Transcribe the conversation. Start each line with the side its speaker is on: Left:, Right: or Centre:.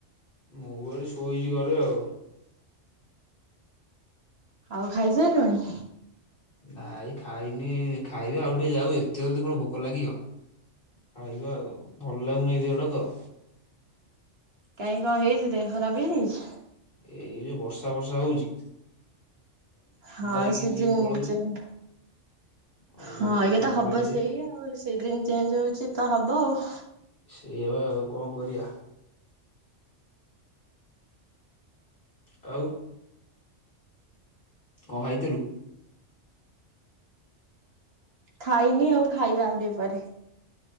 Left: ମୁଁ ପା <unintelligible> ଶୋଇଚି ଘରେ ଆଉ।
Right: ଆଉ ଖାଇ ସାଇଲୁଣି?
Left: ନାଇଁ ଖାଇନି ଖାଇବି ଆଉ ଟିକେ ଯାଉ ଏତେ ଜଲଦି କଣ ଭୋକ ଲାଗିବ। ଖାଇବା ଆଉ ଭଲ ଲାଗୁନି ଦେହଟା ତ।
Right: କାଇଁ କଣ ହେଇଚି ଦେହ ଖରାପ ହେଇଯାଇଛି।
Left: ଏଇ ବର୍ଷା ଫର୍ଷା ହୋଉଚି।
Right: ହଁ
Left: ହେଇକି
Right: ସିଜିନ୍
Left: ଜିମ୍ ପଳଉଛି
Right: ଚେନ୍
Left: ଆଉ
Right: ହଁ
Left: ଦେହଟା
Right: ଏଇଟା ତ
Left: ଖରାପ
Right: ହବ
Left: ହେଇଯାଉଛି।
Right: ସେଇଆ ସିଜିନ୍ ଚେଞ୍ଜ ହୋଉଚି ତ ହବ ଆଉ।
Left: ସେଇଆବା ଆଉ କଣ କରିବା। ଆଉ କଣ ଖାଇଥିଲୁ?
Right: ଖାଇନି ଆଉ ଖାଇବା ଆଉଟିକେ ପରେ।